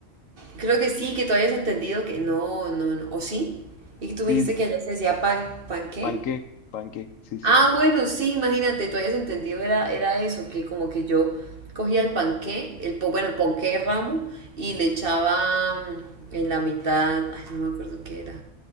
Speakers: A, on the right; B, on the left.
A: Creo que sí, que tú habías entendido que no, no, no. ¿O sí? Y que tú me
B: Sí,
A: dijiste que allá se decía pan, ¿pan qué?
B: panqué, panqué, sí, sí,
A: Ah,
B: sí.
A: bueno, sí, imagínate, tú habías entendido, era, era eso, que como que yo cogía el panqué, el, po- bueno, el ponqué ramo, y le echaba mm, en la mitad, ay, no me acuerdo qué era.